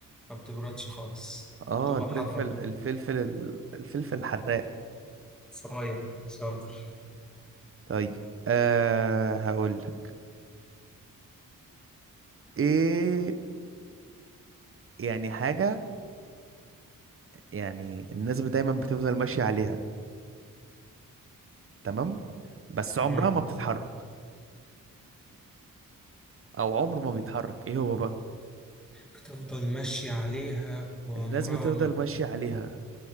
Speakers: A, in the centre; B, on the right (about 40°).
A: ما بتبردش خالص
B: اه
A: بتبقى
B: الفلفل
A: حرة بقى
B: الفلفل الفلفل الحراق
A: صايع شاطر
B: طيب آه هقول لك ايه يعني حاجة يعني الناس دايما بتفضل ماشية عليها تمام بس عمرها
A: مم.
B: ما بتتحرك او عمر ما بيتحرك ايه هو بقى
A: بتفضل ماشية عليها وعمرها
B: الناس بتفضل
A: ما بت...
B: ماشية عليها